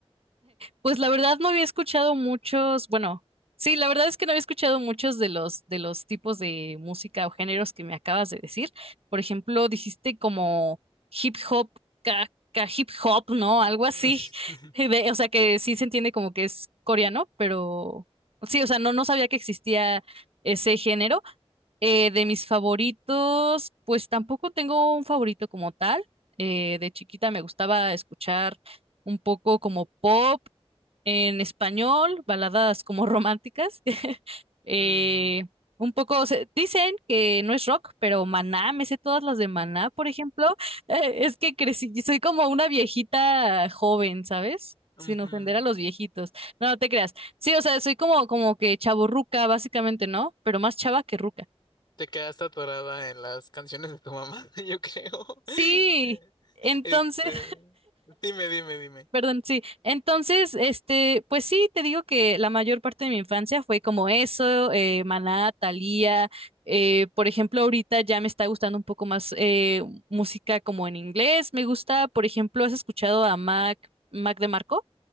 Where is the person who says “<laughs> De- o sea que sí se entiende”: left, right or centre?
Right